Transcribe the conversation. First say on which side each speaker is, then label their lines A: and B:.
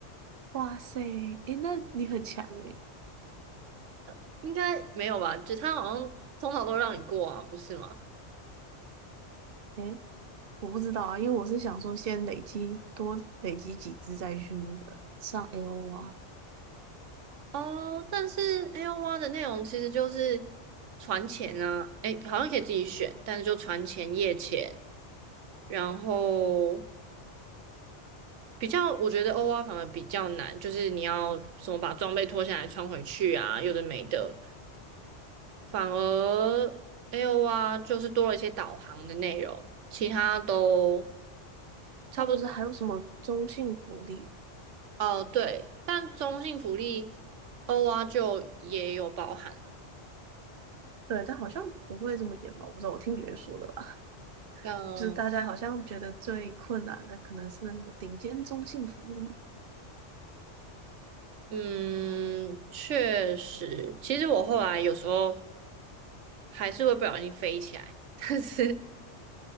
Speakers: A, on the right (about 60°); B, on the right (about 85°).
A: 哇塞，哎，那你很强哎。
B: <laughs> 应该没有吧？就他好像通常都让你过啊，不是吗？
A: 哎，我不知道啊，因为我是想说先累积多累积几只再去那个上 AO 啊。
B: 哦，但是 AO 蛙的内容其实就是船潜啊，诶，好像可以自己选，但是就船潜、夜潜，然后比较，我觉得欧蛙反而比较难，就是你要什么把装备脱下来穿回去啊，有的没的。反而 AOR 就是多了一些导航的内容，其他都差不多。
A: 那不是还有什么中性福利？
B: 哦，对，但中性福利 OR 就也有包含了。
A: 对，但好像不会这么严吧？我不知道，我听别人说的啦。<laughs>
B: 嗯
A: 就是大家好像觉得最困难的可能是那什么顶尖中性福利，
B: 嗯，确实，其实我后来有时候还是会不小心飞起来，但是